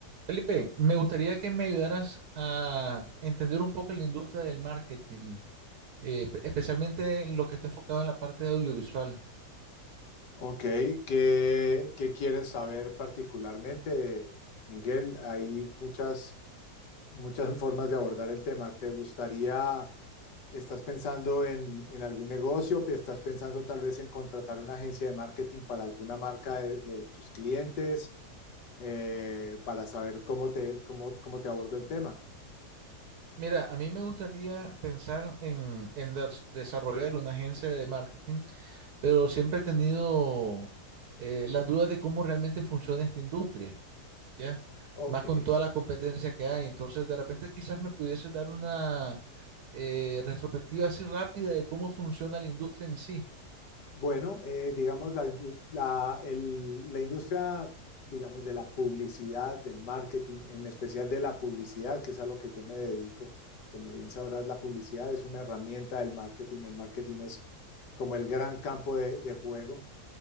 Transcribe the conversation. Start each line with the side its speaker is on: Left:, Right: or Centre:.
Right: Felipe, me gustaría que me ayudaras a entender un poco la industria del marketing, eh, pe- especialmente lo que está enfocado en la parte de audiovisual.
Left: Ok, ¿qué, qué quieres saber particularmente, Miguel? Hay muchas, muchas <laughs> formas de abordar el tema. ¿Te gustaría, estás pensando en, en algún negocio, estás pensando tal vez en contratar una agencia de marketing para alguna marca de, de tus clientes, eh, para saber cómo te, cómo, cómo te abordo el tema?
Right: Mira, a mí me gustaría pensar en, en des- desarrollar una agencia de marketing, pero siempre he tenido eh, las dudas de cómo realmente funciona esta industria, ¿ya?
Left: Ok.
Right: Más con toda la competencia que hay. Entonces, de repente quizás me pudiese dar una eh, retrospectiva así rápida de cómo funciona la industria en sí.
Left: Bueno, eh, digamos, la, indus- la, el- la industria, digamos, de la publicidad, del marketing, en especial de la publicidad, que es a lo que yo me dedico. Como bien sabrás, la publicidad es una herramienta del marketing. El marketing es como el gran campo de, de juego.